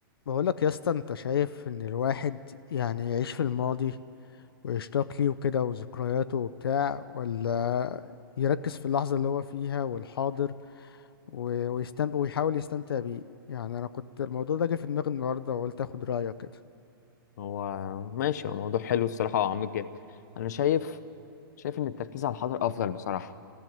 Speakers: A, on the left (about 80°); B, on the left (about 50°).
A: بقولك يا اسطى انت شايف ان الواحد يعني يعيش في الماضي ويشتاق ليه وكده وذكرياته وبتاع ولا يركز في اللحظة اللي هو فيها والحاضر و- ويستمتع ويحاول يستمتع بيه يعني انا كنت الموضوع ده جه في دماغي النهاردة وقلت اخد رأيك كده
B: هو ماشي هو موضوع حلو الصراحة وعميق جدا أنا شايف شايف إن التركيز على الحاضر أفضل بصراحة